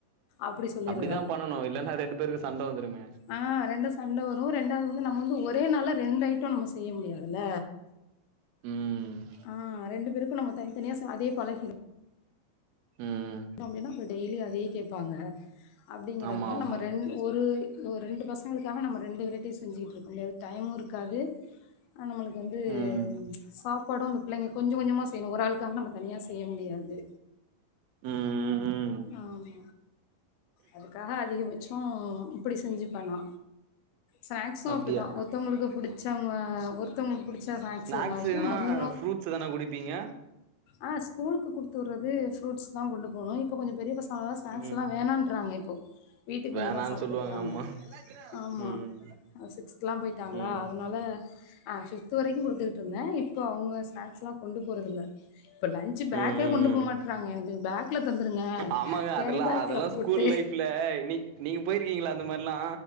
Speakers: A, on the left; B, on the right.
A: அப்டி சொல்லிருவேன்
B: அப்படித்தா பண்ணணு இல்லன்னா ரெண்டு பேருக்கு சண்ட வந்துருமே
A: ஆ ரெண்டு சண்ட வரு ரெண்டாவது வந்து நம்ம வந்து ஒரே நாள்ல ரெண்டு அய்ட்டம் நம்ம செய்ய முடியாதுல்ல
B: ம்
A: ஆம் ரெண்டு பேருக்கு நம்ம தனித்தனியா ச அதே பழகிரு
B: ம்
A: அப்படின்னா அபோ டெய்லி அதே கேப்பாங்க அப்படிங்குறதுனால
B: ஆமா ஆமா
A: நம்ம ரெண் ஒரு ஒரு ரெண்டு பசங்களுக்காக நம்ம ரெண்டு வெரைடிஸ் செஞ்சுட்ருக் பண்றதுக்கு டைமு இருக்காது அ நம்மளுக்கு வந்து
B: ம்
A: சாப்பாடு அங் பிள்ளைங்க கொஞ்சோ கொஞ்சம செய்யணு ஒரு ஆளுக்காக நம்ம தனியா செய்ய முடியாது
B: ம் ம்
A: ஆமா அதுக்காக அதிகபட் சோ இப்படி செஞ்சு பன்னா ஸ்நாக்ஸும்
B: அப்டியா
A: அப்டி தா ஒருத்தங்கொளுக்கு புடிச் சவங்க ஒருத்தங்ளுக்கு புடிச்சா ஸ்நாக்ஸ்
B: ஸ்நாக்ஸ்னா
A: ஒரு நாளைக்கும் மன்னொ
B: ஃப்ரூட்ஸ் தான குடிப்பீங்க
A: அ ஸ்கூலுக்கு குடுத்துவுற்றது ஃப்ரூட்ஸ் தா கொண்டு போணும் இப்போ கொஞ்ச பெரிய பசங்க ஆனனால ஸ்நாக்ஸ்லா
B: ம்
A: வேணான்றாங்க இப்போ வீட்டுக்கு
B: வேணான்னு
A: வந்தா சாப்புட்றாங்க
B: சொல்லுவாங்க அம்மா
A: ஆமா
B: ம்
A: சிக்ஸ்த்லா போயிட்டாங்களா
B: ம் ம்
A: அதனால அ ஃபிப்த் வரைக்கு குடுத்துக்கிட்ருந்தேன் இப்போ அவுங்க ஸ்நாக்ஸ்லா கொண்டு போறதுல்ல இப்ப லஞ்சு பேக்கே
B: ம் ம்
A: கொண்டு போ
B: ம்
A: மாட்றாங்க எனக்கு பேக்ல தந்துருங்க
B: ஆமாங்க
A: கேரி
B: அதெல்லா
A: பேக்ல
B: அதெல்லா
A: போட்டு
B: ஸ்கூல் லைஃப்ல நீ நீங்க போயிருக்கீங்ளா அந்த மார்லா